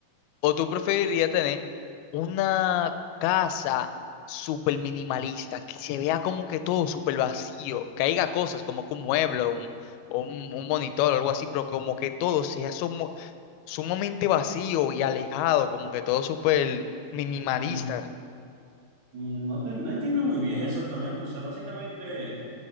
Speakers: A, on the left; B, on the right.
A: ¿O tú preferirías tener una casa súper minimalista, que se vea como que todo súper vacío, que haya cosas como que un mueble o un, o un, un monitor o algo así, pero como que todo sea sumo- sumamente vacío y alejado, como que todo súper minimalista?
B: Como- No, te- no entiendo muy bien exactamente. O sea, básicamente,